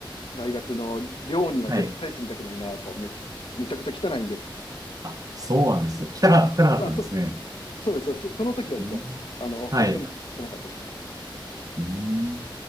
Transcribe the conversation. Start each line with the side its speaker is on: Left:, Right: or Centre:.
Left: 大学の寮には絶対住みたくないなと、
Right: はい。
Left: め、むちゃくちゃ汚いんで。
Right: あ、そうなんですね。来たか、来たかったんですね。
Left: あ、そ、そうです。そ、その時はですよ。
Right: うん
Left: あの、
Right: はい。
Left: 本当に汚かったです。
Right: うん